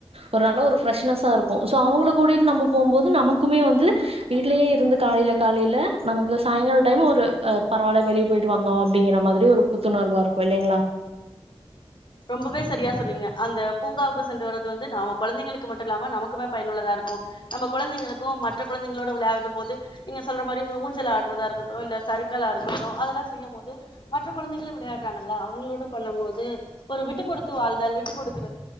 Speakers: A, on the right (about 65°); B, on the left (about 50°).
A: ஒரு நல்ல ஒரு ஃப்ரெஷ்னஸா இருக்கும் ஸோ அவுங்கள கூட்டிட்டு நம்ம போம்போது நமக்குமே வந்து வீட்லயே இருந்து காலேல காலேல நமக்கு சாயங்கால டைம் ஒரு பரவால்ல வெளிய போயிட்டு வந்தோம் அப்டிங்கிற மாதிரி ஒரு புத்துணர்வா இருக்கும் இல்லைங்களா
B: ரொம்பவே சரியா சொன்னீங்க அந்த பூங்காவுக்கு சென்று வர்றது வந்து நாம கொழந்தைங்களுக்கு மட்டு இல்லாம நமக்குமே பயனுள்ளதாருக்கு நம்ப கொழந்தைங்களுக்கும் மற்ற கொழந்தைங்களோட வெளயாடும் போது நீங்க சொல்றா மாரி ஒரு ஊஞ்சல் ஆட்ரதா இருக்கட்டு இல்ல சறுக்காலா இருக்கட்டும் அதெல்லா செய்யும் போது மற்ற கொழந்தைங்களா வெளையாட்றாங்கல்ல அவுங்களோட பண்ணும் போது ஒரு விட்டு குடுத்து வாழ்தல் விட்டு குடுக்குறத்